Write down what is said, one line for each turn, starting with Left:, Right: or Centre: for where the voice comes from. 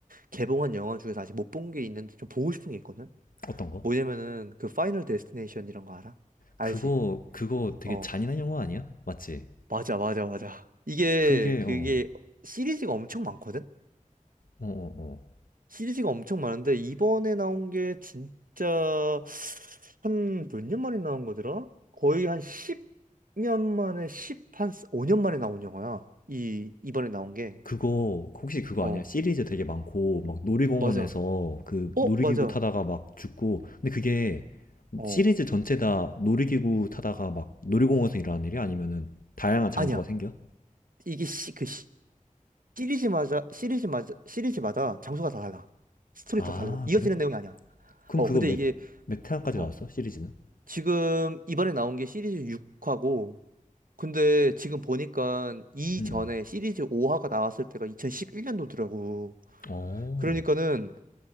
Right: 개봉한 영화 중에서 아직 못 본 게 있는데 좀 보고 싶은 게 있거든?
Left: 어떤 거?
Right: 뭐냐면은 그 파이널 데스티네이션 이런 거 알아? 알지?
Left: 그거, 그거 되게
Right: 어,
Left: 잔인한 영화 아니야? 맞지?
Right: 맞아, 맞아, 맞아. 이게,
Left: 그게,
Right: 그게
Left: 어.
Right: 시리즈가 엄청 많거든?
Left: 어, 어, 어.
Right: 시리즈가 엄청 많은데 이번에 나온 게 진짜 한 몇 년 만에 나온 거더라? 거의 한 10년 만에 10, 한 5년 만에 나온 영화야. 이, 이번에 나온 게.
Left: 그거, 혹시 그거
Right: 어,
Left: 아니야? 시리즈 되게 많고, 막 놀이공원에서
Right: 맞아.
Left: 그
Right: 어,
Left: 놀이기구
Right: 맞아.
Left: 타다가 막 죽고, 근데 그게
Right: 어,
Left: 시리즈 전체 다 놀이기구 타다가 막 놀이공원에서 일어나는 일이 아니면은 다양한 장소가
Right: 아니야.
Left: 생겨?
Right: 이게 시, 그 시, 시리즈마다, 시리즈마다, 시리즈마다 장소가 다 달라. 스토리
Left: 아,
Right: 다 다르고, 이어지는
Left: 그래?
Right: 내용이 아니야.
Left: 그럼
Right: 어,
Left: 그거
Right: 근데
Left: 몇,
Right: 이게,
Left: 몇 회까지
Right: 어,
Left: 나왔어? 시리즈는?
Right: 지금 이번에 나온 게 시리즈 6화고, 근데 지금 보니까 이전에
Left: 음, 음.
Right: 시리즈 5화가 나왔을 때가 2011년도더라고.
Left: 어,
Right: 그러니까는